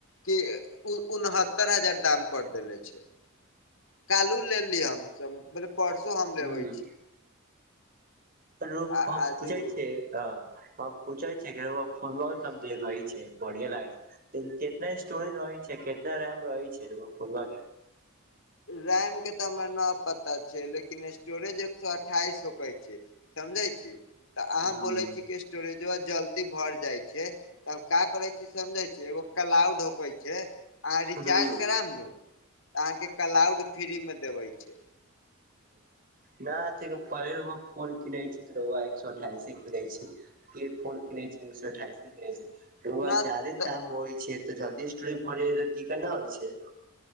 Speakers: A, on the left (about 70°); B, on the right (about 40°).
A: कि उनहत्तर हजार दाम कर देेले छै। कलहू ले ली हम मतलब परसो हम
B: हूं
A: लेबे छी।
B: पूछै
A: आ आजू
B: छियै। ह हम पूछे छै फोन देखे छै बढ़िया लागे छै। त केतना स्टोरेज रहै छै केतना रेम रहै छै र फोनबा मे
A: रैम के त हमरा न पता छै लेकिन स्टोरेज एक सए अठाईस हो के छै। समझै छी। त
B: हूं
A: अहाँ बोले छी कि स्टोरेजवा जल्दी भर जाय छै तब का करे छियै। समझै छियै ओ कलाउड होबे छै, अहां रिचार्ज
B: हूं
A: करायब नु अहांके क्लाउड फ्री मे देबै छै।
B: नै हेतै त पहिले हम फोन किनै छी। त रौआ एक सए अठाइस किनै छै फे फल किनै छै एक सए अठाइस कै छै
A: न
B: ओ जादे
A: तऽ
B: काम होइ छै त जल्दी स्टोरेज भरै के दिकत ना होइ छै?